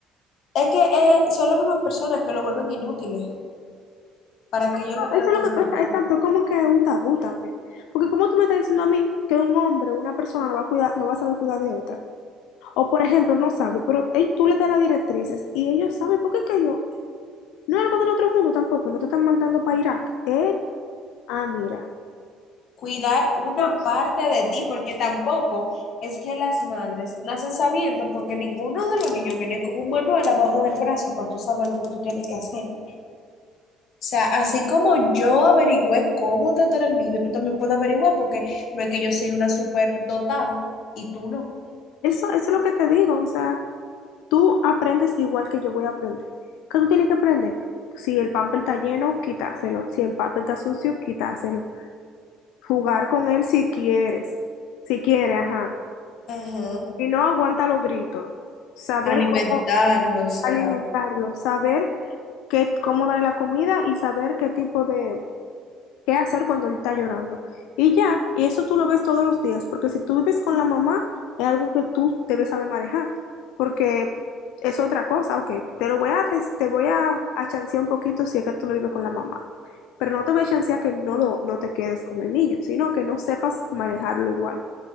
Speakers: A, on the left; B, on the left.
A: Es que eh, son las mismas personas que lo vuelven inútiles para
B: O sea,
A: que ellos no tengan
B: no, Eso es
A: que
B: lo que
A: hacer
B: <laughs> pasa,
A: nada.
B: exacto, es como que un tabú también. Porque como tú me estás diciendo a mí que un hombre, una persona no va a cuidar, no va a saber cuidar de otra. O por ejemplo, no sabe, pero ey, tú le das las directrices y ellos saben, porque es que yo, no es algo del otro mundo tampoco, no te están mandando para Irak, ¿eh? Ah, mira.
A: cuidar una
B: No,
A: parte de ti, porque tampoco es que las madres nacen sabiendo, porque ninguno de los niños viene con un manual abajo del brazo para tú saber lo que tú tienes que hacer. O sea, así como yo averigüé cómo tratar al niño, tú también puedes averiguar, porque no es que yo soy una super dotada y tú no.
B: Eso, eso es lo que te digo, o sea, tú aprendes igual que yo voy a aprender. ¿Qué tú tienes que aprender? Si el pamper está lleno, quítaselo. Si el pamper está sucio, quítaselo. Jugar con él si quieres, si quiere, ajá.
A: Ajá.
B: Si no, aguanta los gritos. Saber
A: Alimentarlo,
B: cómo
A: o sea.
B: alimentarlo, saber qué, cómo darle la comida y saber qué tipo de, qué hacer cuando él está llorando. Y ya, y eso tú lo ves todos los días, porque si tú vives con la mamá, es algo que tú debes saber manejar, porque es otra cosa, ok, te lo voy a, des- te, voy a, a chancear un poquito si es que tú no vives con la mamá, pero no te voy a chancear que no, lo, no te quedes con el niño, sino que no sepas manejarlo igual.